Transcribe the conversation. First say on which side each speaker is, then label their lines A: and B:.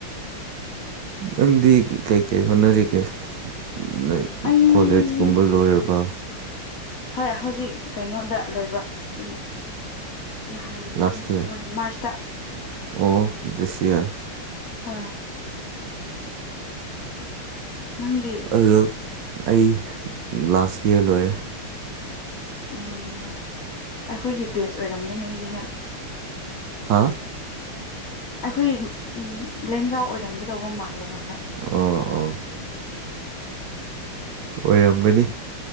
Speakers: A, on the right (about 70°); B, on the left (about 70°).
A: ꯅꯪꯗꯤ ꯀꯩꯀꯩ ꯍꯣꯠꯅꯔꯤꯒꯦ ꯅꯣꯏ
B: ꯑꯩ
A: ꯀꯣꯂꯦꯖ ꯀꯨꯝꯕ ꯂꯣꯏꯔꯕ꯭ꯔꯥ
B: ꯍꯣꯏ ꯍꯧꯖꯤꯛ ꯀꯩꯅꯣꯗ ꯂꯣꯏꯕ ꯎꯝ ꯅꯍꯥꯟ
A: ꯂꯥꯁ
B: ꯉꯁꯤ ꯐꯦꯕꯨꯋꯥꯔꯤ
A: ꯏꯌꯥꯔ
B: ꯃ꯭ꯔꯥꯁꯇ
A: ꯑꯣ ꯗꯤꯁ ꯌꯥꯔ
B: ꯍꯣꯏ ꯅꯪꯗꯤ
A: ꯑꯗꯨ ꯑꯩ ꯂꯥꯁ ꯌꯥꯔ ꯂꯣꯏꯌ‌ꯦ
B: ꯑꫭ ꯑꯩꯈꯣꯏꯒꯤ ꯕꯦꯁ ꯑꯣꯏꯔꯝꯒꯅꯤ ꯑꯗꯨꯗꯤ ꯅꯪ
A: ꯍꯥꯥ
B: ꯑꯩꯈꯣꯏ ꯎꯝ ꯂꯦꯡꯒꯥ ꯑꯣꯏꯔꯝꯒꯗꯧꯕ ꯃꯥꯜꯂꯦ ꯍꯥꯏꯕ
A: ꯑꫭ ꯑꯣ ꯑꯣꯏꯔꯝꯒꯅꯤ